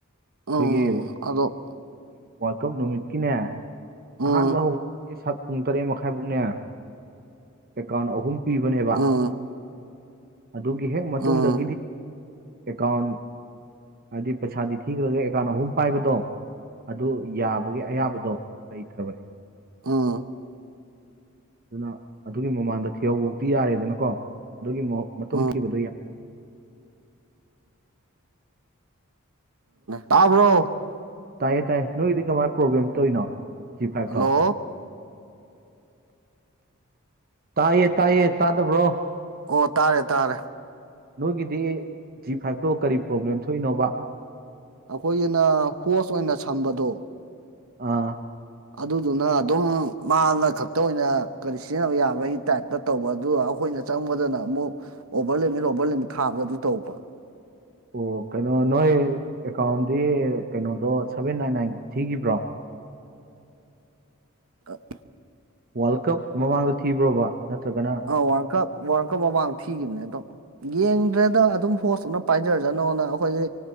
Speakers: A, on the right; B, on the right.
A: ꯎꯝ
B: ꯑꯩꯈꯣꯏꯒꯤ
A: ꯑꯗꯣ
B: ꯀꯞ ꯅꯨꯃꯤꯠꯀꯤꯅꯦ
A: ꯎꯝ
B: ꯑꯍꯥꯟꯕ ꯍꯧ ꯑꯩ ꯁꯠ ꯄꯨꯡ ꯇꯔꯦꯠ ꯃꯈꯥꯏꯃꯨꯛꯅꯦ ꯑꯦꯀꯥꯎꯟ ꯑꯍꯨꯝ ꯄꯤꯕꯅꯦꯕ
A: ꯎꯝ
B: ꯑꯗꯨꯒꯤ ꯍꯦꯛ ꯃꯇꯨꯡꯗꯒꯤꯗꯤ
A: ꯎꯝ
B: ꯑꯦꯀꯥꯎꯟ ꯍꯥꯏꯗꯤ ꯄꯩꯁꯥꯗꯤ ꯊꯤꯈ꯭ꯔꯒ ꯑꯦꯀꯥꯎꯟ ꯑꯍꯨꯝ ꯄꯥꯏꯕꯗꯣ ꯑꯗꯨ ꯌꯥꯕꯒꯤ ꯑꯌꯥꯕꯗꯣ ꯂꯩꯇ꯭ꯔꯕꯅꯤ
A: ꯑꯝ
B: ꯑꯗꯨꯅ ꯑꯗꯨꯒꯤ ꯃꯃꯥꯡꯗ ꯊꯤꯍꯧꯕꯛꯇꯤ ꯌꯥꯔꯦꯗꯅꯀꯣ ꯑꯗꯨꯒꯤ ꯈꯨꯣꯡꯊꯤꯕꯗꯣ
A: ꯎꯝ
B: ꯌꯥꯏ
A: ꯇꯥꯕ꯭ꯔꯣ
B: ꯇꯥꯏꯌꯦ ꯇꯥꯏꯌꯦ ꯅꯣꯏꯒꯤꯗꯤ ꯀꯃꯥꯏꯅ ꯄ꯭ꯔꯣꯕ꯭ꯂꯦꯝ ꯇꯧꯔꯤꯅꯣ ꯖꯤ ꯐꯥꯏꯚ
A: ꯍꯜꯂꯣ
B: ꯇꯥꯎ ꯇꯥꯏꯌꯦ ꯇꯥꯏꯌꯦ ꯇꯥ ꯇꯕ꯭ꯔꯣ
A: ꯑꯣ ꯇꯥꯔꯦ ꯇꯥꯔꯦ
B: ꯅꯣꯏꯒꯤꯗꯤ ꯖꯤ ꯐꯥꯏꯚꯇꯣ ꯀꯔꯤ ꯄ꯭ꯔꯣꯕ꯭ꯂꯦꯝ ꯊꯣꯛꯏꯅꯣꯕ
A: ꯑꯩꯈꯣꯏꯒꯤꯅ ꯍꯣꯁ ꯑꯣꯏꯅ ꯁꯝꯕꯗꯣ
B: ꯑꯥ
A: ꯑꯗꯨꯗꯨꯅ ꯑꯗꯨꯝ ꯃꯥꯅ ꯈꯛꯇ ꯑꯣꯏꯅ ꯀꯔꯤ ꯁꯤꯖꯤꯟꯅꯕ ꯌꯥꯕꯒꯤ ꯇꯥꯏꯞꯇ ꯇꯧꯕ ꯑꯗꯨ ꯑꯩꯈ ꯑꯩꯈꯣꯏꯅ ꯆꯪꯕꯗꯅ ꯑꯃꯨꯛ ꯑꯣꯚꯔ ꯂꯤꯃꯤꯠ ꯑꯣꯚꯔ ꯂꯤꯃꯤꯠ ꯊꯥꯕꯗ ꯑꯗꯨ ꯇꯧꯕ
B: ꯑꯣ ꯀꯩꯅꯣ ꯅꯣꯏ ꯑꯦꯀꯥꯎꯟꯗꯤ ꯀꯩꯅꯣꯗꯣ ꯁꯚꯦꯟ ꯅꯥꯏꯟ ꯅꯥꯏꯟꯒꯤꯗꯣ ꯊꯤꯈꯤꯕ꯭ꯔꯣ
A: ꯀꯞ
B: ꯋꯥꯔꯜ ꯀꯞ ꯃꯃꯥꯡꯗ ꯊꯤꯕ꯭ꯔꯣꯕ ꯅꯠꯇ꯭ꯔꯒꯅ
A: ꯑ ꯋꯥꯔꯜ ꯀꯞ ꯋꯥꯔꯜ ꯀꯞ ꯃꯃꯥꯡꯗ ꯊꯤꯈꯤꯕꯅꯦ ꯑꯗꯣ ꯌꯦꯡꯗ꯭ꯔꯦꯗ ꯑꯗꯨꯝ ꯍꯣꯁꯇꯅ ꯄꯥꯏꯖꯔꯖꯥꯅꯣꯅ ꯑꯩꯈꯣꯏꯁꯦ